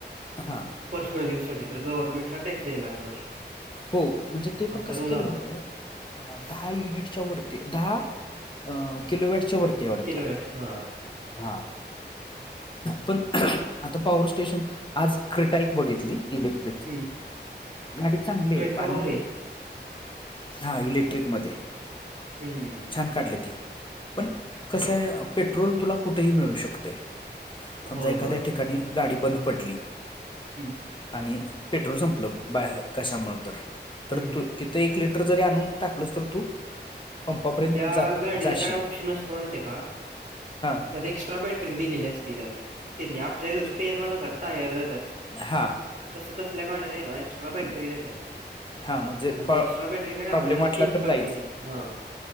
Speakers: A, on the left; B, on the right.
A: हां.
B: पर्सनल युज साठी तर गव्हर्नमेंटला टॅक्स द्यायला लागणार.
A: हो म्हणजे ते पण
B: असा
A: कसं
B: रूल
A: केलं
B: आलाय
A: माहितीय का दहा युनिटच्या वरती दहा अ किलोवटच्या वरती वाढतं
B: किलोवॅट हा
A: हा. पण आता पॉवर स्टेशन आज क्रिटाईक बघितली इलेक्ट्रिक
B: हम्म.
A: गाडी चांगली
B: क्रेटा
A: आहे पाणी
B: भारी आहे.
A: हा इलेक्ट्रिक मध्ये
B: हम्म
A: छान काढली ती पण कसय
B: होय
A: पेट्रोल तुला कुठेही मिळू शकत समजा
B: होय
A: एखाद्या
B: होय
A: ठिकाणी गाडी बंद पडली
B: हं.
A: आणि पेट्रोल संपलं बाहे कशामुळे तर तर
B: हम्म हम्म
A: तू तिथं एक लिटर जरी आणून टाकलंस तर तू पंपापर्यंत
B: त्या
A: जा
B: गाडीला
A: जाशील
B: काय ऑप्शन असतो माहिती आहे का
A: हां
B: त्यात एक्स्ट्रा बॅटरी दिलेली असती त्यात त्यांनी आपल्या स्पेअरला <unintelligible>
A: हा.
B: तसं तसल्या गाड्यात आहे ना एक्स्ट्रा बॅटरी देतात.
A: हां म्हणजे
B: आणि ती एक्स्ट्रा बॅटरी
A: प्रॉब्लेम
B: काय आपल्याला
A: वाटला
B: चेंज
A: तर
B: करता
A: जाईच
B: येते हा.